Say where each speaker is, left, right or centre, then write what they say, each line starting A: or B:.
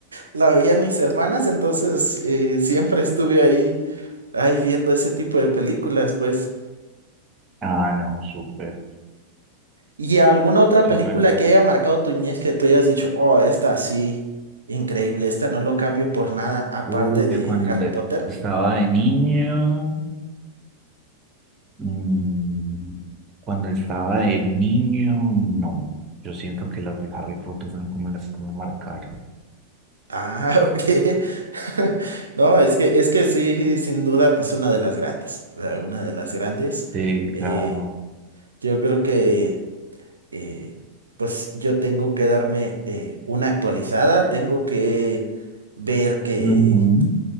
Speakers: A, on the right (about 75°); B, on the right (about 25°).
A: la veían mis hermanas, entonces eh, siempre estuve ahí, ahí viendo ese tipo de películas, pues.
B: Ah, no, súper,
A: ¿Y alguna otra
B: súper.
A: película que haya marcado tu niñez que tú hayas dicho, oh, esta sí, increíble, esta no lo cambio por nada, aparte
B: Uy,
A: de
B: que cuando
A: Harry Potter?
B: estaba de niño, mm, cuando estaba de niño, no. Yo siento que las de Harry Potter fueron como las que me marcaron.
A: Ah, <laughs> ok. <laughs> No, es que, es que sí, sin duda, pues una de las grandes, o sea, una de las grandes.
B: Sí,
A: eh,
B: claro.
A: yo creo que eh, pues yo tengo que darme eh, una actualizada, tengo que ver que,
B: Ujú,